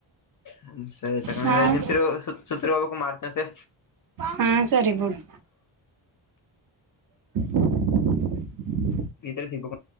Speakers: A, on the left (about 45°); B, on the right (about 45°).
A: ಹ್ಮ್
B: ಹಾಂ
A: ಐದು ನಿಮಿಷ ಇರು ಸುರ್ಗೆ ಹೋಗ್ಬೇಕು ಮಾಡ್ತಾನಂತೆ
B: ಹಾ ಸರಿ ಬಿಡು <inaudible>
A: ಗರೆ ಸಿ <inaudible>